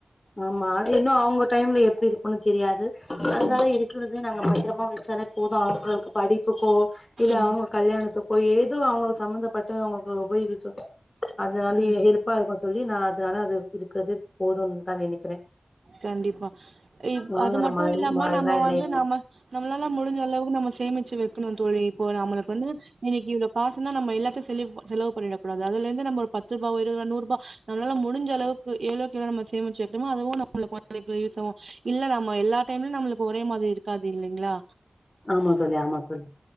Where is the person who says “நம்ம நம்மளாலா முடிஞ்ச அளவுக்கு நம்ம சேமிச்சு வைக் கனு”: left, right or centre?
Right